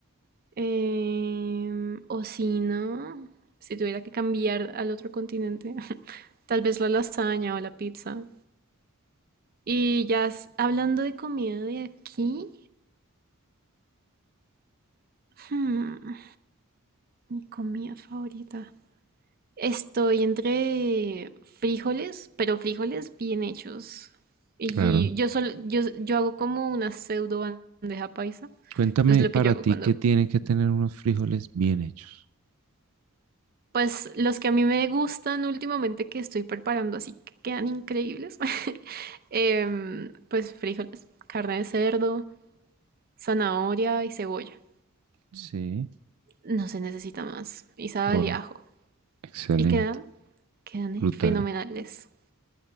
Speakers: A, on the right; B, on the right.
A: Em, o si no, si tuviera que cambiar al otro continente, <laughs> tal vez la lasaña o la pizza. Y ya s- hablando de comida de aquí, hmm, mi comida favorita. Estoy entre frijoles, pero frijoles bien hechos. Y
B: Claro.
A: yo, solo yo, yo hago como una pseudo bandeja paisa.
B: Cuéntame
A: Es lo
B: para
A: que yo hago
B: ti
A: cuando
B: qué tienen que tener unos frijoles bien hechos.
A: Pues los que a mí me gustan últimamente que estoy preparando, así que quedan increíbles, <laughs> em, pues frijoles, carne de cerdo, zanahoria y cebolla.
B: Sí.
A: No se necesita más. Y sal
B: Wow,
A: y ajo.
B: excelente,
A: Y quedan, quedan eh,
B: brutales.
A: fenomenales.